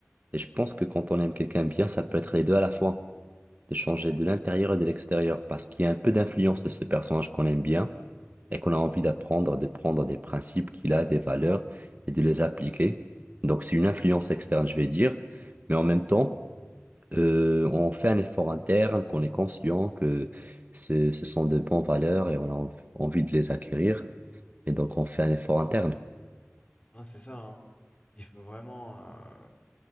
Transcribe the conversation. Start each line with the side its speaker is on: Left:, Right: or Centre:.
Right: Et je pense que quand on aime quelqu'un bien, ça peut être les deux à la fois. de changer de l'intérieur et de l'extérieur, parce qu'il y a un peu d'influence de ce personnage qu'on aime bien et qu'on a envie d'apprendre, de prendre des principes qu'il a, des valeurs, et de les appliquer. Donc c'est une influence externe, je vais dire, mais en même temps, euh, on fait un effort interne, qu'on est conscient que ce, ce sont de bonnes valeurs et on a env- envie de les acquérir, et donc on fait un effort interne.
Left: Hein, c'est ça, hein. Il faut vraiment euh,